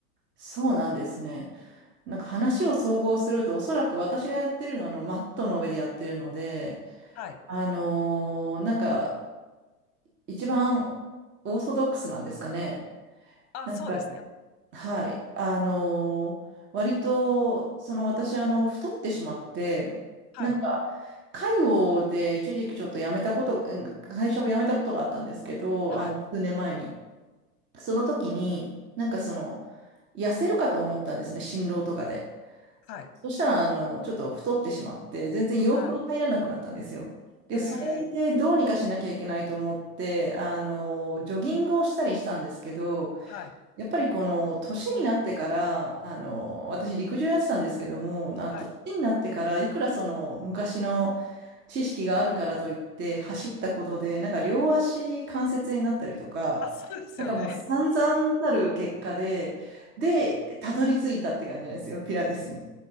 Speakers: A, on the right; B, on the left.
A: そうなんですね。なんか話を総合すると、おそらく私がやってるのはあのマットの上でやってるので、
B: た。はい。
A: あのーなんか一番オーソドックスなんですかね。
B: あ、
A: なんか、
B: そうですね。
A: はい。あのー割と、その私あの太ってしまって、
B: はい。
A: なんか介護で一時期ちょっと辞めたこと、うん会社を辞めたことがあったんですけど、
B: はい。
A: あの数年前に。その時に、なんかその痩せるかと思ったんですね、心労とかで。
B: はい。
A: そしたら、あの、ちょっと太ってしまって、全然洋服が入らなくなったんですよ。
B: はい。
A: で、
B: えー、
A: それでどうにかしなきゃいけないと思って、あの、ジョギングをしたりしたんですけど、
B: はい。
A: やっぱりこの、年になってから、あの、私陸上やってたんですけども、なんか年になってから、
B: はい。
A: いくらその、昔の知識があるからといって、走ったことで、なんか両足関節になったりとか、
B: あ、そうですよね。
A: なんかもう散々たる結果で、で、たどり着いたって感じなんですよ、ピラティスに。